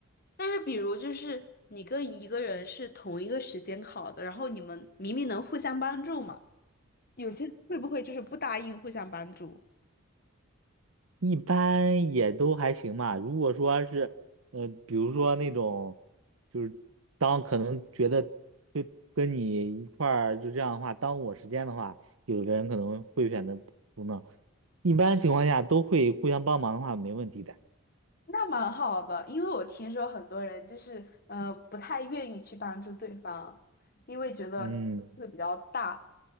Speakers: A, on the left; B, on the right.
A: 但是比如就是你跟一个人是同一个时间考的，然后你们明明能互相帮助嘛。有些人会不会就是不答应互相帮助？
B: 一般也都还行吧。如果说是，呃，比如说那种，就是当可能觉得跟跟你一块儿就这样的话，耽误我时间的话，有的人可能会选择不弄。一般情况下都会互相帮忙的话，没问题的。
A: 那蛮好的，因为我听说很多人就是呃不太愿意去帮助对方，因为觉得竞争会比较大。
B: 嗯，